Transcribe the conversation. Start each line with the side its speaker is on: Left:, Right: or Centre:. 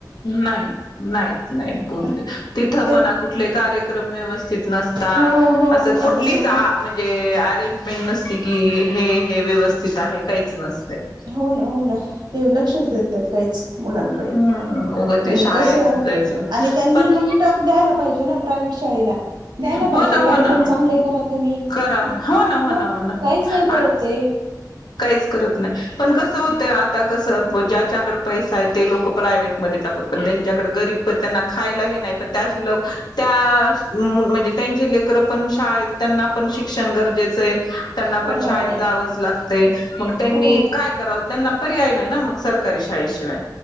Left: नाई... नाईत... नाईत बोलू
Right: ह
Left: देत.... तिथं
Right: ते
Left: म्हणा कुठले कार्यक्रम व्यवस्थित नसत -तात...
Right: हो हो
Left: असं कुठलीच
Right: आता सध्या
Left: आ म्हणजे अरेंजमेंट नसती की... हे... हे व्यवस्थित आहे, काहीच नसतंय.
Right: हो ना... हो ना. ते लक्षच देत नाहीत काहीच... मुलांकडे,
Left: हम्म उगं ते
Right: आणि
Left: शाळेत
Right: कसं...
Left: जायचं
Right: आणि त्यांनी
Left: पण
Right: मग टफ द्यायला पाहिजे ना प्रायव्हेट शाळेला. द्यायला पाहिजे...
Left: हो ना
Right: कार्यक्रम
Left: हो ना
Right: चांगले करा तुम्ही...
Left: करा
Right: हं
Left: हो ना हो ना हो ना
Right: काहीच नाही करत
Left: आज
Right: ते.
Left: काहीच करत नाई. पण कसं होतंय आता... कसं ज्याच्याकडं पैसा ए ते लोकं... प्रायव्हेटमध्ये टाकत... पण ज्यांनच्याकडं गरीब पण त्यांना खायला हे नाही पण... त्या लोक... त्या म्हणजे... त्यांची लेकर पण शाळेत त्यांना पण शिक्षण गरजेचं ए... त्यांना
Right: हो
Left: पण
Right: ना
Left: शाळेत
Right: हो ना
Left: जावंच लागतय... मग त्यांनी
Right: हो
Left: काय करावं... त्यांना पर्याय नाही ना मग... सरकारी शाळेशिवाय.